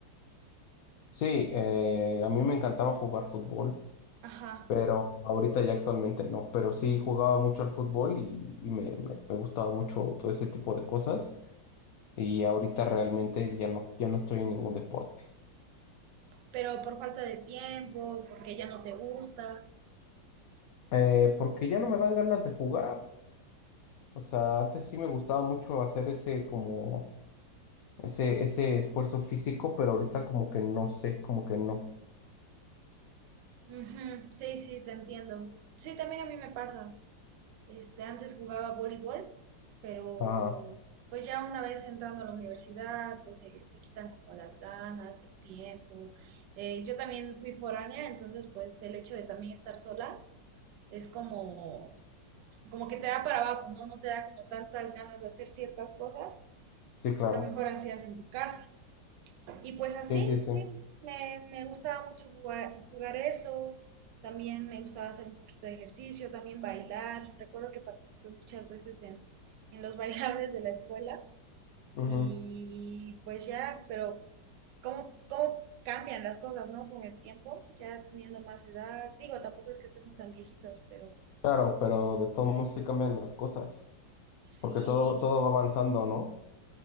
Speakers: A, on the left; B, on the right.
A: Sí, eh, a mí me encantaba jugar fútbol.
B: Ajá,
A: pero ahorita ya actualmente no. Pero sí jugaba mucho al fútbol y, y me, me- me gustaba mucho todo ese tipo de cosas. Y ahorita realmente ya no, ya no estoy en ningún deporte.
B: pero por falta de tiempo, porque ya no te gusta.
A: Eh, porque ya no me dan ganas de jugar. O sea, antes sí me gustaba mucho hacer ese como ese, ese esfuerzo físico, pero ahorita como que no sé, como que no.
B: Ujú, Sí, sí, te entiendo. Sí, también a mí me pasa. Este, antes jugaba voleibol, pero
A: Ah,
B: pues ya una vez entrando a la universidad, pues se, se quitan como las ganas, el tiempo. Eh, yo también fui foránea, entonces pues el hecho de también estar sola es como, como que te da para abajo, ¿no? No te da como tantas ganas de hacer ciertas cosas
A: sí, claro.
B: que a lo mejor hacías en tu casa. Y pues así,
A: Sí, sí, sí.
B: sí, me, me gustaba mucho jugar, jugar eso, también me gustaba hacer un poquito de ejercicio, también bailar. Recuerdo que participé muchas veces en, en los <laughs> bailables de la escuela
A: Ujú.
B: y pues ya, pero ¿cómo, cómo cambian las cosas, ¿no? Con el tiempo, ya teniendo más edad, digo, tampoco es que estemos tan viejitos, pero
A: Claro, pero de todos modos sí cambian las cosas.
B: Sí,
A: Porque todo, todo va avanzando, ¿no?